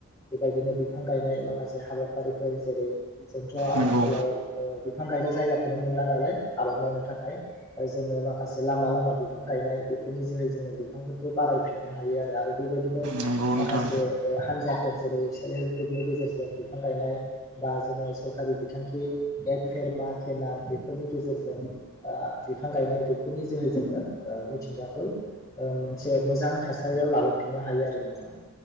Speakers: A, on the left (about 15°); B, on the right (about 85°).
A: बेबायदिनो बिफां गायनाय माखासे हाबाफारिफोर जेरै जोंथ' आथिखालाव
B: नंगौ
A: बिफां गायनो जायगाखौनो मोनला नालाय आबाद मावनो थाखाय जोङो माखासे लामा लामा बिफां गायनाय बेफोरनि जोहै जोङो बिफांफोरखौ बारायफिननो हायो आरो आरो बेबायदिनो
B: नंगौ
A: माखासे
B: नोंथां
A: हान्जाफोर जेरै सेल्फ हेल्प ग्रुपनि गेजेरजों बिफां गायनाय बा जोङो सर बिथांखि एक फेरमा केाम बेफोरनि गेजेरजों बिफां गायनाय बेफोरनि ज मिथिंगाखौ मोनसे मोजां थासारियाव लाबोफिननो हायो आरो नोंथां